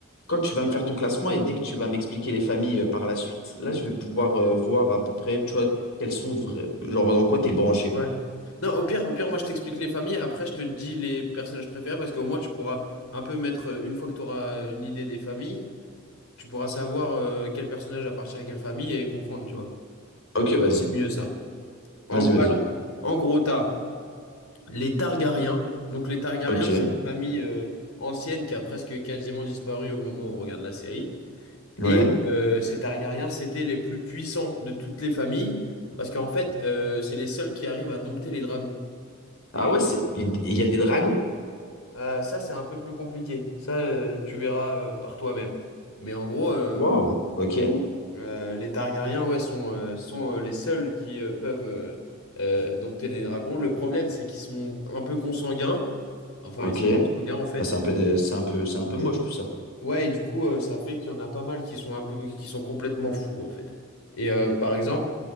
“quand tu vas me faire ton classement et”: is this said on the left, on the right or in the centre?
Left